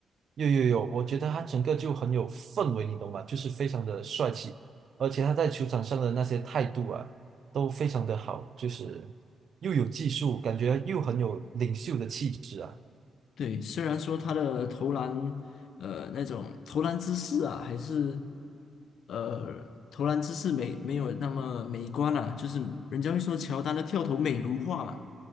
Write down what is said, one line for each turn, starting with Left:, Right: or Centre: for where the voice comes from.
Right: 有有有，我觉得他整个就很有氛围，你懂吗？就是非常的帅气，而且他在球场上的那些态度啊，都非常的好，就是又有技术，感觉又很有领袖的气质啊。
Left: 对，虽然说他的投篮，呃，那种投篮姿势啊，还是呃投篮姿势没没有那么美观啊，就是人家会说乔丹的跳投美如画嘛。